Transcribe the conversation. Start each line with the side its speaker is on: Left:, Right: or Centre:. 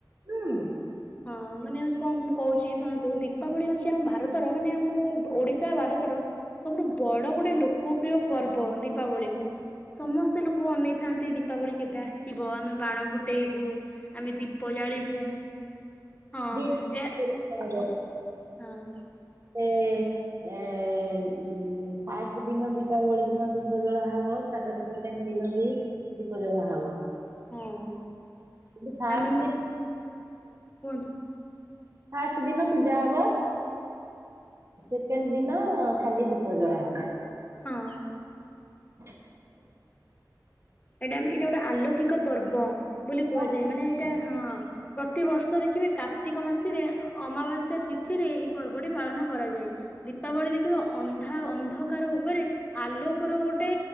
Right: ହୁଁ।
Left: ହଁ ମାନେ ହଉଛି କଣ ମୁଁ କହୁଛି ଶୁଣନ୍ତୁ, ଦୀପାବଳି ହଉଛି ଆମ ଭାରତର ମାନେ ଆମ ଓଡିଶା ଭାରତର ସବୁଠୁ ବଡ ଗୋଟେ ଲୋକପ୍ରିୟ ପର୍ବ ଦୀପାବଳିକୁ ସମସ୍ତେ ଲୋକ ଅନେଇ ଥାନ୍ତି ଦୀପାବଳି କେବେ ଆସିବ ଆମେ ବାଣ ଫୁଟେଇବୁ ଆମେ ଦୀପ ଜାଳିବୁ। ହଁ
Right: <inaudible>
Left: ଏ ହଁ।
Right: <unintelligible> ଏ ଉ ଫାଷ୍ଟ ଦିନ ଦୀପାବଳି ଦିନ ଦୀପ ଜଳା ହବ ତାପରେ ସେ କେଣ୍ଡ ଦିନ ବି ଦୀପ ଜଳା ହବ।
Left: ହଁ।
Right: କିନ୍ତୁ ଫାଷ୍ଟ
Left: ଆମେ ମାନେ
Right: ଦି
Left: କୁହନ୍ତୁ
Right: ଫାଷ୍ଟ ଦିନ ପୂଜା ହବ। ସେକେଣ୍ଡ ଦିନ ଖାଲି ଦୀପ ଜଳା ହବ।
Left: ହଁ।
Right: <inaudible>
Left: ଏଇଟା ଆମେ ଏଇଟା ଗୋଟେ ଆଲୌକିକ ପର୍ବ ବୋଲି କୁହାଯାଏ
Right: ହଁ
Left: ମାନେ ଏଇଟା ହଁ। ପ୍ରତିବର୍ଷ ଦେଖିବେ କାର୍ତ୍ତିକ ମାସିରେ ଅମାବାସ୍ୟା ତିଥିରେ ଏହି ପର୍ବଟି ପାଳନ କରାଯାଏ। ଦୀପାବଳି ଦେଖିବେ ଅନ୍ଧା ଅନ୍ଧକାର ଉପରେ ଆଲୋକର ଗୋଟେ